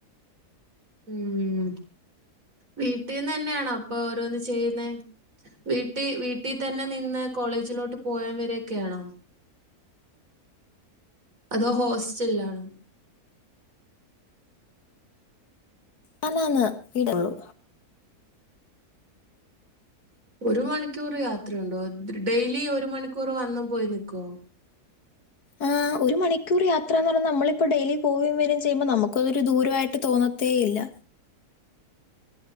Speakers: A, on the right (about 60°); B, on the left (about 80°).
A: ഉം വീട്ടീന്ന് തന്നെയണോ ഇപ്പൊ ഓരോന്ന് ചെയ്യുന്നേ വീട്ടിൽ വീട്ടിൽ തന്നെ നിന്ന് കോളേജിലോട്ട് പോയാൻ വരൊക്കെയാണോ അതോ ഹോസ്റ്റല് ആണോ
B: അല്ല അല്ല വീടെള്ളു
A: ഒരു മണിക്കൂർ യാത്രയുണ്ടോ ഡെയിലി ഒരു മണിക്കൂർ വന്ന് പോയി നിക്കോ
B: ആ ഒരു മണിക്കൂർ യാത്രാന്ന് പറഞ്ഞാ നമ്മളിപ്പോൾ ഡെയിലി പോവേം വരും ചെയ്യുമോ നമുക്കതൊരു ദൂരമായിട്ട് തോന്ന ത്തേയില്ല